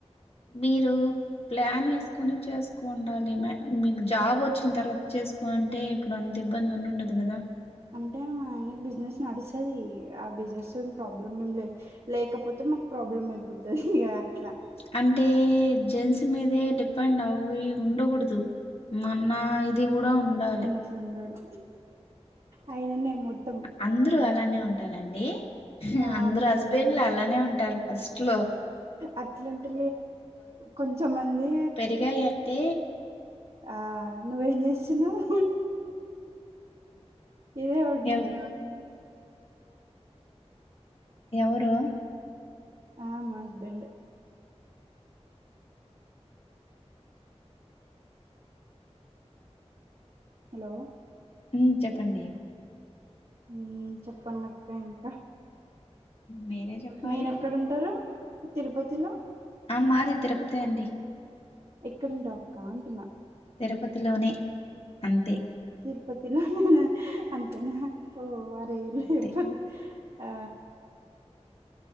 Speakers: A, on the left (about 60°); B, on the right (about 60°).
A: మీరు ప్లాన్ వేసుకుని చేస్ ఎక్కువ్ ఉండాలి ఈమె మీకు జాబ్ వచ్చిన తర్వాత చేసుకోలంటే ఇప్పుడు అంత ఇబ్బంది ఉన్నుండదు కదా
B: అంటే మా ఆయనకి బిజినెస్ నడుస్తాది ఆ బిజినెస్ ప్రాబ్లమ్ ఏం లే లేకపోతే మాకు ప్రాబ్లం అయిపోతాది ఇగ అట్లా
A: అంటే జెంస్ మీదే డిపెండ్ అవి ఉండకూడదు మన్న ఇది కూడా ఉండాలి
B: ఇట్లుండడు ఆయననే మొత్త్
A: అందరూ అలానే ఉంటారండి
B: ఆ
A: అందరు హస్బెండ్లు అలానే ఉంటారు ఫస్ట్ లో
B: అట్లాంటి కొంచెమంది
A: <unintelligible> అటే
B: ఆ నువ్వేం చేస్తున్నావ్ ఇవే ఉంటాయి
A: ఎవరు ఎవరు
B: ఆ మా హస్బెండ్ హలో
A: మ్మ్ చెప్పండి
B: మ్మ్ చెప్పండి అక్క ఇంకా
A: మీరే చెప్పాలి
B: మీరేక్కడుంటారు తిరుపతిలో
A: మాది తిరపతే అండి
B: ఏక్కడుంటావ్ అక్క అంటున్నా
A: తిరుపతిలోనే అంతే
B: తిరుపతిలోన్నేనా అంతేనా ఓ అరేలే
A: అంతే
B: చెప్పోదు ఆ